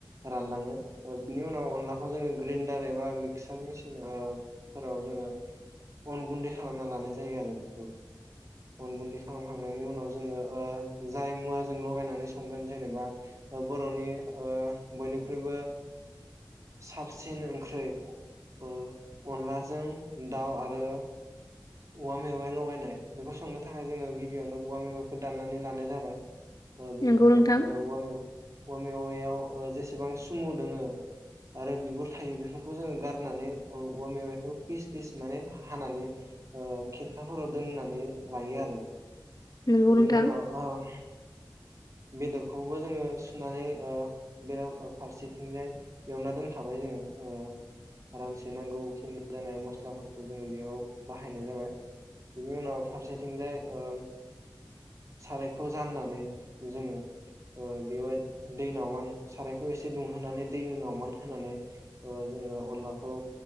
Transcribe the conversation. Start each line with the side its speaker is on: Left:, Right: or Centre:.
Right: रानलाङो ओ बिनि उनाव अनलाखौ जोङो ग्रेन्डार एबा मिक्सार मेसिन‌आव फोराव जोङो अन गुन्दै खालामना लानाय जायो आरो बेखौ अन गुन्दै खालामखांनायनि उनाव जोङो ओ जाय मुवााजों लगायनानै संगोन जेनेबा ओ‌ बर'नि ओ बयनिख्रुइबो साबसिन ओंख्रि ओ अनलाजों दाउ आरो औवा मेवाइ लगायनाय बेखौ सोंनो थाखाय जोङो गिबियावनो औवा मेवाइखौ दान्नानै लानाय जाबाय। ओ बिनि
Left: नंगौ
Right: उनाव
Left: नोंथां
Right: ओ औवा मेव औवा‌ मे औवायाव ओ जेसेबां सुमु दोङो आरो बिगुर थायो बेफोरखौ जोङो गारनानै औ औवा मेवाइखौ फिस फिस माने हानानै ओ खिरखाफोराव दोननानै लायो आरो
Left: नंगौ
Right: बिनि
Left: नोंथां
Right: उनाव आम बेदरखौबो जोङो सुनानै ओ बेरा फारसेथिंजाय एवना दोनखाबाय जोङो ओ आरामसे नांगौ खिनि जानाय मस्लाफोरखौ जोङो बेयाव बाहायनाय जाबाय बेनि उनाव फारसेथिंजाय ओ सारायखौ जाननानै जोङो ओ बेवहाय दै नावमान सारायखौ एसे दुंहोनानै दै नावमान होनानै ओ जोङो अनलाखौ